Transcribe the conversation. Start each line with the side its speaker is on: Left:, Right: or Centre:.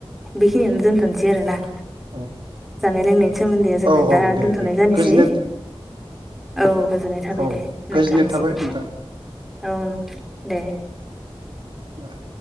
Centre: बेखिनिययावनो दोनथ'नोसै आरोना?
Right: औ
Centre: जानाय लोंनायनि सोमोनदैया जोंना
Right: औ
Centre: दा
Right: औ दे
Centre: दोनथ'नाय
Right: दे
Centre: जानोसै।
Right: गोजोननाय
Centre: औ गोजोननाय थाबाय
Right: औ
Centre: दे नोंथांनिसिम
Right: गोजोननाय थाबाय नोंथां
Centre: औ दे
Right: बा <unintelligible>